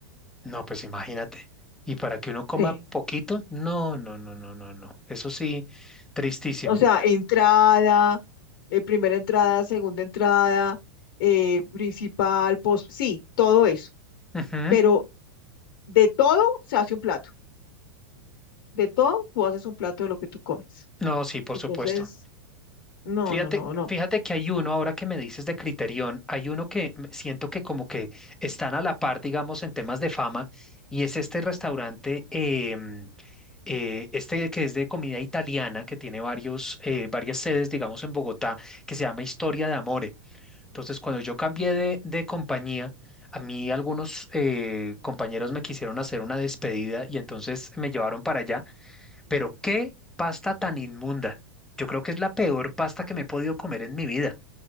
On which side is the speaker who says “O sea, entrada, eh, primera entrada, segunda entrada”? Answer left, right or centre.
Left